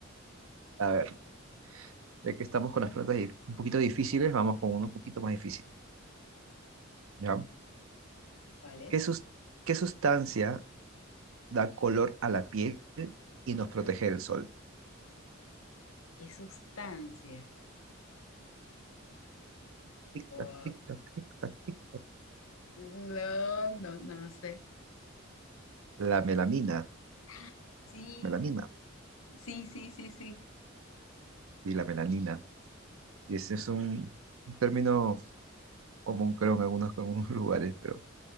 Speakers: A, on the right; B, on the left.
A: A ver, ya que estamos con las preguntas dif- un poquito difíciles, vamos con uno un poquito más difícil. ¿ya?
B: ¿vale?
A: ¿Qué, sus- qué sustancia da color a la piel y nos protege del sol?
B: ¿Qué sustancia?
A: Tic,
B: Oh,
A: tac, tic, tac, tic, tac, tic.
B: No, no, no sé.
A: La melamina,
B: Ah, sí,
A: melanina
B: sí, sí, sí, sí.
A: y la melanina. Y ese es un un término común, creo, en algunos, en algunos <laughs> lugares, pero